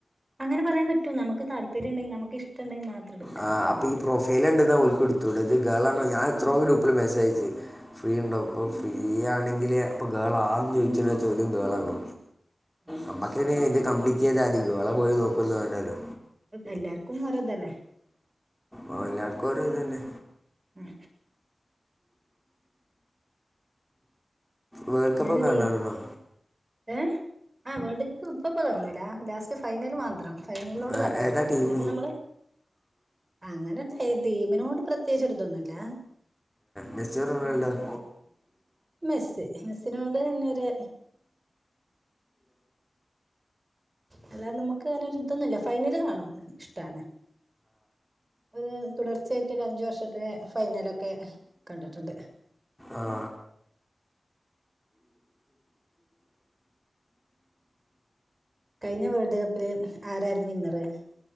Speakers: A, on the right; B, in the centre.
A: അങ്ങനെ പറയാൻ പറ്റും നമക്ക് താല്പര്യ ഇണ്ടെങ്കിൽ നമക്ക് ഇഷ്ട്ടം ഇണ്ടെങ്കിൽ മാത്രം എടുക്കുക
B: ആ
A: അത്രേ
B: അപ്പൊ
A: ഉള്ളൂ
B: ഈ പ്രൊഫൈല ഉണ്ട ഓൾക്ക് എടുത്തുടെ <unintelligible> ഞാൻ എത്രോ ഗ്രൂപ്പിൽ മെസ്സ <unintelligible> ഫ്രീ ഉണ്ടാവും അപ്പോൾ ഫ്രീ ആണെങ്കിൽ അപ്പോൾ ഗേൾ ആദ്യെന്ന് ചോദിച്ച വെച്ചാൽ ഒും ഗേള ആണ
A: ഉം
B: നമക്കിനി ഇത് കംപ്ലീറ്റ് ചെയ്താ <unintelligible> അവള പോയി നോക്കുന്നല്ലല്ലോ
A: എല്ലാർക്കും വറതല്ലേ
B: ഓ എല്ലാർക്കും ഓരോ ഇത് തന്നെ
A: ഉം
B: വേൾഡ് കപ്പ്
A: ഞാന
B: ഒക്കെ
A: ഡീ
B: കാണാറുണ്ടോ
A: ഏഹ് ആ വേൾഡ് കപ്പ് ഇപ്പപ്പ കാണുല്ല ല ഫസ്റ്റ് ഫൈനൽ മാത്രം ഫൈനലിനോട്
B: ആ,
A: താല്പര്യല്ലോ
B: ഏതാ
A: അല്ല
B: ടീം
A: അത് നമ്മള് അങ്ങനെത്തെ ദീമിനോട് പ്രത്യേകിച്ച്തൊരൂന്നുല്ല
B: മെസ്റ്റർ <unintelligible>
A: മെസ്സ് മെസ്സിനോട് ഇന്നര് അല്ലാതെ നമ് <unintelligible> ഇതോന്നില്ല ഫൈനൽ കാണാം ഇഷ്ടാണ് ഒരു തുടർച്ചയാ അഞ്ച് വർഷത്തെ ഫൈനലൊക്കെ കണ്ടിട്ടുണ്ട്
B: ആ.
A: കഴിഞ്ഞ വേൾഡ് കപ്പില് ആരായിരുന്നു വിന്നറ്